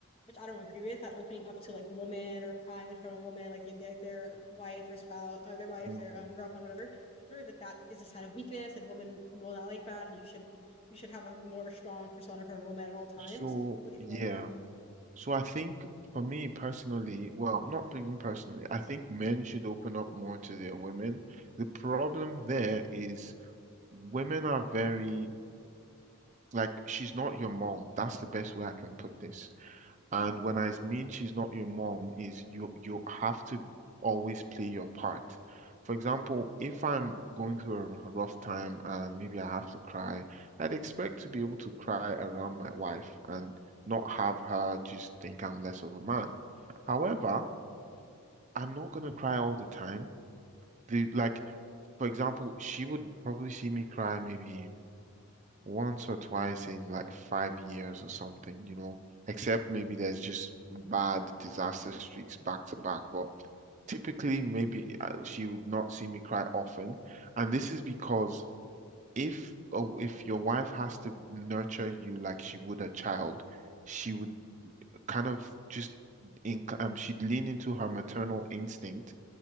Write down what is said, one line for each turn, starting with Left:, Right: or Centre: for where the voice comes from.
Left: which I don't agree with, that opening up to like a woman or crying in front of a woman, like their like their wife or spouse or their wife,
Right: Mm.
Left: their um girlfriend, whatever, or that that is a sign of weakness and women will not like that and you should be you should have a more of a strong persona for a woman at all times.
Right: So,
Left: What do
Right: yeah.
Left: you think about that?
Right: So I think for me personally, well, not even personally, I think men should open up more to their women. The problem there is women are very Like, she's not your mom. That's the best way I can put this. And when
Left: Mm,
Right: I mean she's not your mom, is you you have to always play your part. For example, if I'm going through a r- rough time and maybe I have to cry, I'd expect to be able to cry around my wife and not have her just think I'm less of a man. However, I'm not gonna cry all the time. The like, for example, she would probably see me cry maybe once or twice in like five years or something, you know, except maybe there's just bad disaster streaks back to back. But typically, maybe uh, she would not see me cry often. And this is because if uh, if your wife has to nurture you like she would a child, she would kind of just in, um, she'd lean into her maternal instinct